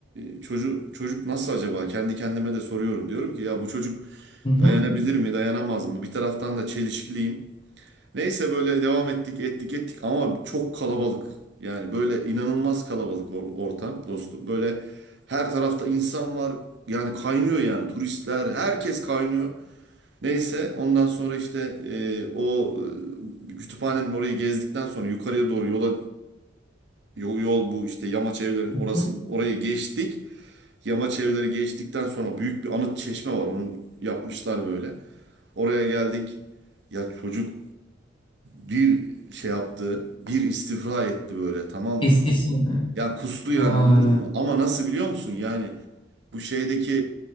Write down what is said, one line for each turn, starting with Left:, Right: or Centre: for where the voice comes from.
Right: e, çocuk çocuk nasıl acaba kendi kendime de soruyorum diyorum ki ya bu çocuk
Left: Hı hı.
Right: dayanabilir mi dayanamaz mı bir taraftan da çelişkiliyim. Neyse böyle devam ettik ettik ettik ama çok kalabalık yani böyle inanılmaz kalabalık or- ortam dostum böyle her tarafta insan var yani kaynıyor yani turistler herkes kaynıyor. Neyse ondan sonra işte e, o e, kütüphanenin orayı gezdikten sonra yukarıya doğru yola yol, yol bu işte yamaç evlerin orası
Left: hı.
Right: orayı geçtik. Yamaç evleri geçtikten sonra büyük bir anıt çeşme var. Onun yapmışlar böyle. Oraya geldik. Ya çocuk bir şey yaptı. Bir istifra etti böyle tamam
Left: İs,
Right: mı?
Left: İzmir'de.
Right: Ya kustu yani
Left: Aa,
Right: anladın mı? Ama nasıl biliyor musun? Yani bu şeydeki